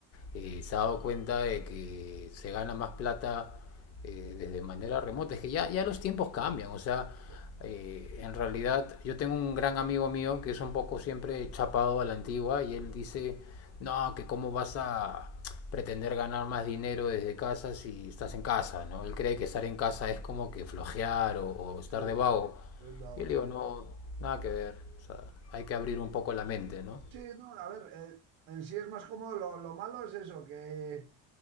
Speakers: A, on the left; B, on the right.
A: eh, se ha dado cuenta de que se gana más plata eh, desde manera remota. Es que ya, ya los tiempos cambian, o sea,
B: Sí,
A: eh, en realidad yo tengo un gran amigo mío que es un poco siempre chapado a la antigua y él dice, no, que cómo vas a, pretender ganar más dinero desde casa si estás en casa, ¿no? Él cree que estar en casa es como que flojear o, o estar
B: sí, es
A: de vago.
B: algo,
A: Yo le digo,
B: sí.
A: no, nada que ver. O sea, hay que abrir un poco la mente, ¿no?
B: Sí, no, a ver, eh, en sí es más cómodo. Lo, lo malo es eso, que